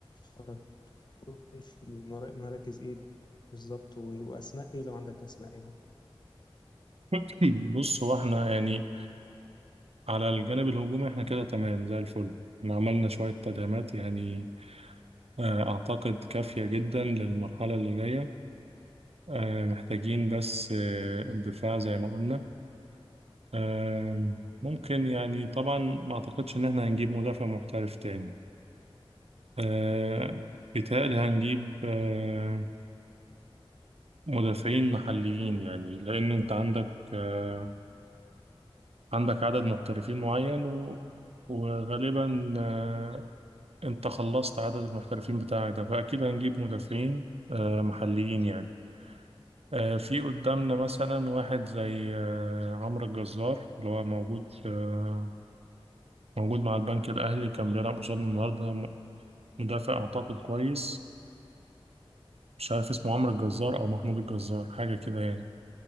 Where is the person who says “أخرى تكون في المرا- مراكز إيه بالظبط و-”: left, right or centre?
Left